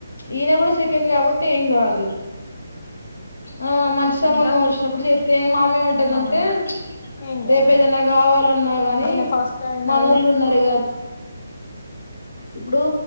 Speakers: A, on the left (about 80°); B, on the left (about 45°).
A: ఈయన కూడా సెకండ్ కాబట్టి ఏం కాదు ఆ మంచిమం
B: ఇంకా
A: వచినప్పుడు చేస్తతే మామే ఉంటుందండి
B: అవునవును
A: టే
B: ఏం
A: రేపు
B: కాదు
A: ఏదన్న కావాలన్నా గనీ
B: ఈయన ఫస్ట్ ఆయన
A: మనోళ్లు
B: అయి
A: ఉన్నారు కాద ఇప్పుడూ